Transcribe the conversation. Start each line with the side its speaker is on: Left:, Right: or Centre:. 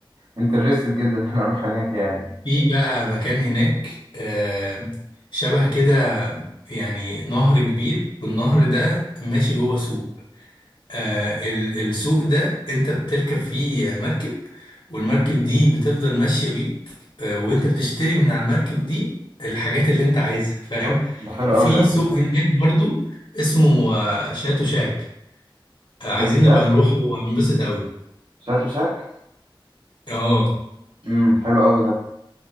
Right: انترستد جدا <laughs> ان انا اروح هناك يعني
Left: في بقى مكان هناك آه، شبه كده يعني نهر كبير والنهر ده ماشي جوه سوق آه، ال- السوق ده انت بتركب فيه مركب والمركب دي بتفضل ماشية بيك آه، وانت بتشتري من على المركب دي الحاجات اللي انت عايزها فاهم
Right: أوف، ده حلو
Left: وفي
Right: قوي ده
Left: سوق هناك برضو اسمه آه، شاتو شاك
Right: شات
Left: آه، عايزين
Right: شاك
Left: نبقى نروح وهنبسط قوي
Right: شات وشاك
Left: اه
Right: امم حلو قوي ده